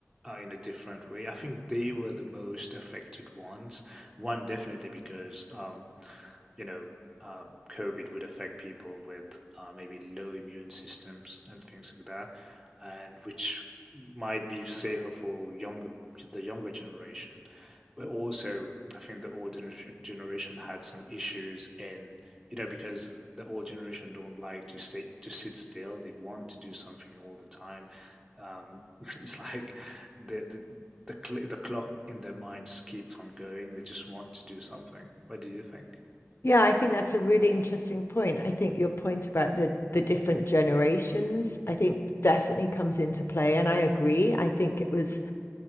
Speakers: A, on the right; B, on the left.
A: uh, in a different way. I think they were the most affected ones. One definitely because um, you know, uh, COVID would affect people with uh, maybe low immune systems and things like that, and which might be safer for younger the younger generation. But also, I think the old generation had some issues in you know because the old generation don't like to sit to sit still. They want to do something all the time. Um, <laughs> it's like the, the the cl- the clock in their mind just keeps on going. They just want to do something. What do you think?
B: Yeah, I think that's a really interesting point. I think your point about the the different generations, I think definitely comes into play, and I agree. I think it was